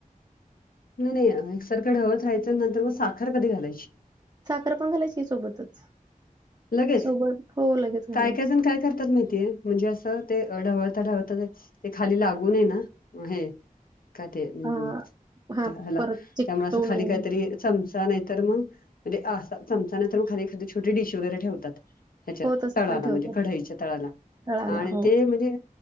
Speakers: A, on the left; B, on the right.
A: नाही नाहीसरक वंत राहायचं नंतर मग साखर कधी घालायची
B: साखर पण घालायची सोबतच
A: लगेच
B: सोबत हो लगेच घालायची
A: काय कायजण काय करतात माहितीय म्हणजे असं ते ढावळता ढावळता ते खाली लागूनये ना हे का तेम्
B: हा. हा
A: हला
B: परत चिकटवू
A: त्यामुळे असं खाली
B: नये
A: काहीतरी सम नाही तर मग म्हणजे चमचा नाही तर मग खालीखादी छोटी डिश वगैरे ठेवतात ह्याच्या
B: हो, तसं
A: तळाला
B: पण ठेवतात.
A: म्हणजे कढाईच्या तळाला
B: तळाला
A: आणि
B: हो.
A: ते म्हणजे